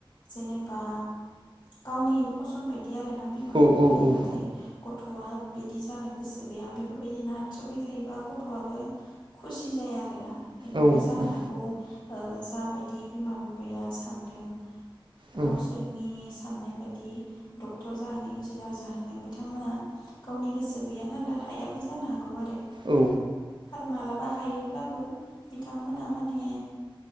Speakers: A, on the left; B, on the right.
A: जेनेबा गावनि फसन बायदि आरो ना बिमा
B: औ
A: बिफानि
B: औ
A: नाथाय गथ'वा बि बिदि जानो गोसो गैया बेफोर बायदि नारथ्रोबाय थायोबा गथ'वाबो खुसि जाया आरो ना बेनिफ्राय
B: औ
A: जानो हागौ ओ जाबाय बिदि बिमा बिफाया सानदों
B: औ
A: गावसोरनि साननाय बायदि डक्टर जाहोनो इन्जिनियार जाहोनो बिथांमोना गावनि गोसो गैया नालाय हायाबो जानो हागौ आरो
B: औ
A: आरो मालाबा हायो ब्लाबो बिथांमोना माने